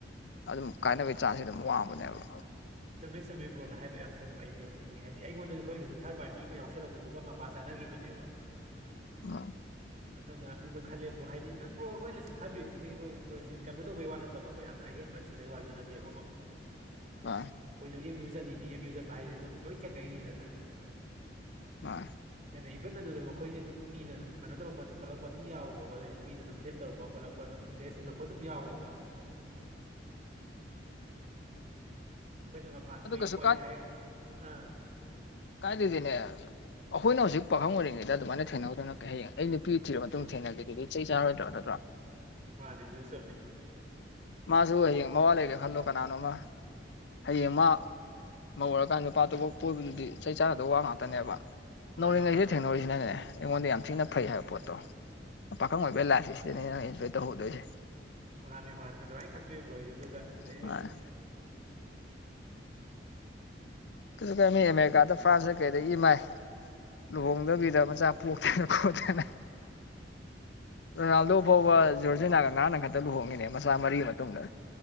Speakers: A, on the left; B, on the right.
A: ꯑꯗꯨꯝ ꯀꯥꯏꯅꯕꯒꯤ ꯆꯥꯟꯁꯦ ꯑꯗꯨꯝ ꯋꯥꯡꯕꯅꯦꯕ
B: ꯆꯨꯝꯃꯤ ꯆꯨꯝꯃꯤ ꯕ꯭ꯔꯣꯅ ꯍꯥꯏꯗꯣ ꯌꯥꯝ ꯆꯨꯝꯕ ꯑꯩꯁꯨ ꯈꯪꯉꯦ ꯍꯥꯏꯗꯤ ꯑꯩꯉꯣꯟꯗꯁꯨ ꯊꯣꯛꯏꯗꯨꯁꯨ ꯊꯥꯔꯠ ꯄꯥꯔꯇꯤ ꯑꯃ ꯌꯥꯎꯁꯜꯂꯛꯄꯗꯨꯒ ꯃꯄꯥ ꯆꯥꯅꯈꯤꯕꯅꯦꯕ
A: ꯑꯥ
B: ꯑꯗꯨꯅ ꯑꯩꯗꯣ ꯈꯜꯂꯦ ꯕ꯭ꯔꯣ ꯍꯥꯏꯗꯤ ꯑꯪ ꯕ꯭ꯔꯣ ꯑꯩꯈꯣꯏꯅꯁꯨ ꯈꯜꯂꯨꯏꯖꯤꯒ ꯑꯣꯏꯔꯛꯄ꯭ꯔꯖꯨ ꯀꯩꯅꯣ ꯇꯧꯕꯩ ꯋꯥ ꯅꯠꯇꯕ ꯑꯣ ꯌꯥꯝꯅ ꯑꯍꯦꯟꯕ ꯊꯤꯕꯩ ꯋꯥꯖꯨ ꯅꯠꯇꯦꯕꯀꯣ
A: ꯑ
B: ꯑꯩꯈꯣꯏꯁꯨ ꯑꯦꯝꯌꯨ ꯆꯠꯂꯤꯅꯤ ꯑꯦꯝꯌꯨ ꯆꯠꯄ ꯍꯥꯏꯗꯤ ꯑꯗꯨꯝ ꯂꯣꯏ ꯊꯦꯡꯅꯩꯅꯤꯗꯅ
A: ꯃꯥ
B: ꯑꯗ ꯏꯚꯟ ꯑꯗꯨꯗꯕꯧ ꯑꯩꯈꯣꯏꯁꯦ ꯑꯗꯨꯝ ꯃꯤꯅ ꯑꯗꯨꯝ ꯀꯩꯅꯣ ꯇꯧꯔꯛꯄ ꯆꯞꯈꯠꯂꯛꯄ ꯑꯗꯨꯝ ꯌꯥꯎꯋꯦꯕꯀꯣ ꯑꯩꯗꯤ ꯃꯤꯅ ꯑꯗꯨꯝ ꯐ꯭ꯂꯦꯠ ꯇꯧꯔꯛꯄ ꯈꯣꯂꯛꯄ ꯑꯗꯨꯝ ꯏꯟꯕꯦꯁ ꯎꯂꯛꯄ ꯑꯗꯨꯝ ꯌꯥꯎꯋꯦꯕ ꯈꯣꯏꯗ ꯃꯄꯥꯟ
A: ꯑꯗꯨ
B: ꯊꯣꯛꯏ
A: ꯀꯩꯁꯨ
B: ꯈꯣꯠꯂꯤ ꯍꯥꯏ ꯑꯥ
A: ꯀꯥꯏꯗꯒꯤꯅꯦ ꯑꯩꯈꯣꯏꯅ ꯍꯧꯖꯤꯛ ꯄꯥꯈꯪ ꯑꯣꯏꯔꯤꯉꯩꯗ ꯑꯗꯨꯃꯥꯏꯅ ꯊꯦꯡꯅꯍꯧꯗꯅ ꯍꯌꯦꯡ ꯑꯩ ꯅꯨꯄꯤ ꯊꯤꯔꯕ ꯃꯇꯨꯡ ꯊꯦꯡꯅꯒꯦ ꯑꯗꯨꯗꯤ ꯆꯩ ꯆꯥꯔꯣꯏꯗ꯭ꯔꯣ ꯅꯠꯇ꯭ꯔꯣ
B: ꯃꯥꯅꯤ ꯑꯗꯨ ꯆꯨꯝꯃꯤ
A: ꯃꯥꯖꯨ ꯍꯌꯦꯡ ꯃꯋꯥ ꯂꯩꯒꯦ ꯈꯜꯂꯣ ꯀꯅꯥꯅꯣꯃ ꯍꯌꯦꯡ ꯃꯥ ꯃꯧ ꯑꯣꯏꯔꯀꯥꯟꯗ ꯅꯨꯄꯥ ꯑꯇꯣꯞꯄ ꯀꯣꯏꯕꯗꯨꯗꯤ ꯆꯩ ꯆꯥꯒꯗꯕ ꯋꯥ ꯉꯥꯛꯇꯅꯦꯕ
B: ꯃꯥꯅꯦ
A: ꯅꯧꯔꯤꯉꯩꯖꯤꯗ
B: ꯃꯥꯅꯦ
A: ꯊꯦꯡꯅ ꯍꯧꯔꯤꯁꯤꯅꯅꯦ ꯑꯩꯉꯣꯟꯗ ꯌꯥꯝ ꯊꯤꯅ
B: ꯑꯥ
A: ꯐꯩ ꯍꯥꯏꯕ ꯄꯣꯠꯇꯣ ꯄꯥꯈꯪ ꯑꯣꯏꯕꯧ ꯂꯥꯏꯐꯁꯦ ꯁꯤꯗꯅꯦ ꯅꯪ ꯑꯦꯟꯖꯣꯏ ꯇꯧꯍꯧꯗꯣꯏꯖꯦ
B: ꯃꯥꯅꯦ ꯃꯥꯅꯦ ꯑꯗꯨꯃꯥꯏ ꯈꯟꯇꯣꯛꯑꯦꯕ ꯑꯩꯖꯨ ꯑꯗꯨꯒ ꯑꯗꯩ
A: ꯃꯥꯅꯦ <unintelligible> ꯑꯃꯦꯔꯤꯀꯥꯗ ꯐ꯭ꯔꯥꯟꯁꯇ ꯀꯩꯗ ꯏꯃꯥꯏ ꯂꯨꯍꯣꯡꯗꯕꯤꯗ ꯃꯆꯥ ꯄꯣꯛꯇꯅ ꯈꯣꯠꯇꯅ ꯔꯣꯅꯥꯜꯗꯣ ꯐꯥꯎꯕ ꯖꯣꯔꯖꯤꯅꯥꯒ ꯉꯂꯥꯡ ꯅꯍꯥꯟꯗ ꯈꯛꯇ ꯂꯨꯍꯣꯡꯉꯤꯅꯦ ꯃꯆꯥ ꯃꯔꯤ ꯃꯇꯨꯡꯗ